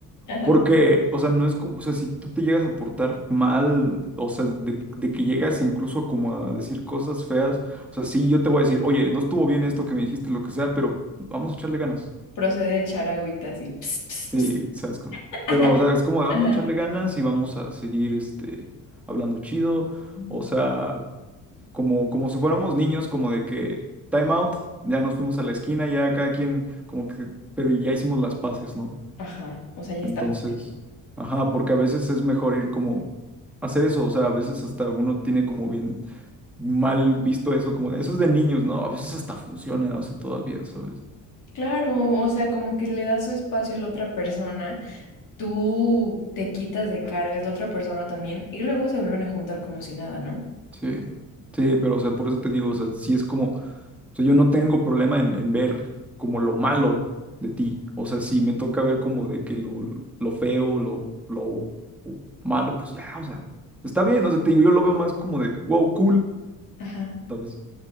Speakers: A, on the left; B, in the centre.
A: Ajá.
B: Porque, o sea, no es como, o sea, si tú te llegas a portar mal, o sea, de, de que llegas incluso como a decir cosas feas, o sea, sí, yo te voy a decir, oye, no estuvo bien esto que me dijiste, lo que sea, pero vamos a echarle ganas.
A: Procede de echar agüita así. ps, ps,
B: Sí,
A: ps.
B: sabes, cómo-
A: <laughs>
B: pero, o sea, es como vamos
A: Ajá.
B: a echarle ganas y vamos a seguir, este, hablando chido,
A: Ujú.
B: o sea, como, como si fuéramos niños, como de que time out, ya nos fuimos a la esquina, ya cada quien, como que, pero ya hicimos las paces, ¿no?
A: Ajá. O sea, ya
B: Entonces,
A: estamos bien.
B: ajá, porque a veces es mejor ir como, hacer eso, o sea, a veces hasta uno tiene como bien mal visto eso, como de, eso es de niños, ¿no? A veces hasta funciona, o sea, todavía, ¿sabes?
A: Claro, o sea, como que le das su espacio a la otra persona, tú te quitas de cargas, la otra persona también, y luego se vuelven a juntar como si nada, ¿no?
B: Sí, sí, pero, o sea, por eso te digo, o sea, sí es como... O sea, yo no tengo problema en, en ver como lo malo de ti. O sea, si me toca ver como de que lo, lo feo, lo, lo malo, pues ya, o sea, está bien, o sea, te digo, yo lo veo más como de, wow, cool,
A: Ajá,
B: ¿sabes?